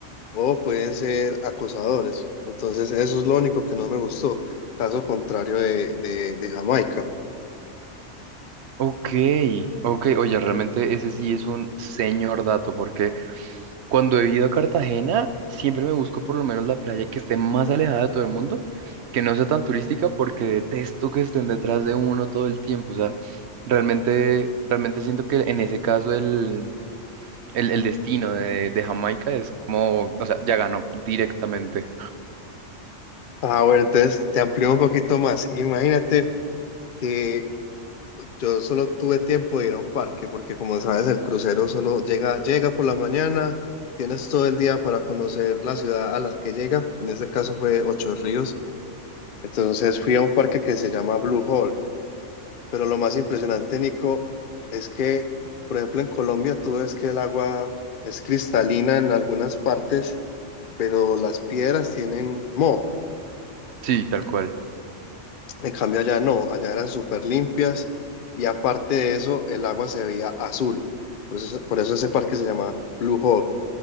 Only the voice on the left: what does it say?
o pueden ser acosadores, entonces eso es lo único que no me gustó, caso contrario de de- de Jamaica.
Ah, bueno, entonces te amplío un poquito más. Imagínate que yo solo tuve tiempo de ir a un parque, porque como sabes, el crucero solo llega, llega por la mañana, tienes todo el día para conocer la ciudad a la que llega. En este caso fue Ocho Ríos. Entonces fui a un parque que se llama Blue Hole. Pero lo más impresionante, Nico, es que, por ejemplo, en Colombia tú ves que el agua es cristalina en algunas partes, pero las piedras tienen moho.
En cambio allá no, allá eran súper limpias y aparte de eso el agua se veía azul. Por eso, por eso ese parque se llamaba Blue Hawk,